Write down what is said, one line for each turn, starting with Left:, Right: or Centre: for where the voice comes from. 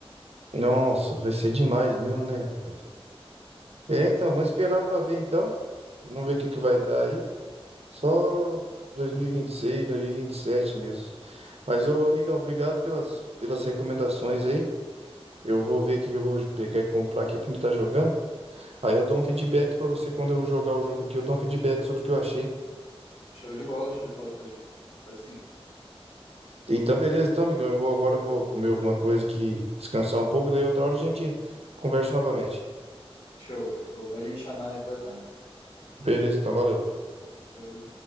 Right: Nossa, vai ser demais mesmo, né, rapaz? É, então, vamos esperar pra ver então. Vamos ver o que que vai dar aí. Só 2026, 2027 mesmo. Mas, ô, amigão, obrigado pelas, pelas recomendações aí. Eu vou ver o que eu vou pegar e comprar aqui pra mim estar jogando. Aí eu dou um feedback pra você quando eu jogar o jogo aqui. Eu dou um feedback sobre o que eu achei.
Left: Show de bola, show de bola. Pode, pode sim.
Right: Então, beleza. Então, amigão, eu vou agora eu vou comer alguma coisa aqui, descansar um pouco. Daí outra hora a gente conversa novamente.
Left: Show, show. Pode me chamar aí que eu atendo.
Right: Beleza, então, valeu.
Left: Valeu.